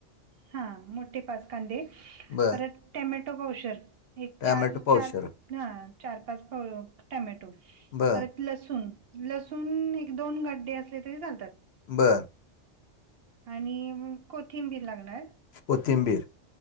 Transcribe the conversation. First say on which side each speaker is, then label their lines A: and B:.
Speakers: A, on the right (about 65°); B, on the left (about 65°).
A: हा मोठे पाच कांदे,
B: बर
A: परत टमॅटो पावशर. एक
B: टॅमॅटो
A: चार
B: पावशर
A: चार हा चार पाच फ टमॅटो.
B: बर
A: परत लसूण, लसूण एक दोन गड्डे असले तरी चालतात.
B: बर.
A: आणि म कोथिंबीर लागणार.
B: कोथिंबीर.